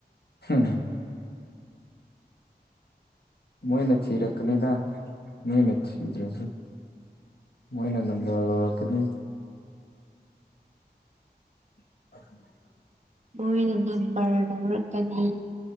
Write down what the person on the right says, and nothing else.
ꯃꯣꯏꯅ ꯅꯝꯕꯔ ꯂꯧꯔꯀꯅꯤ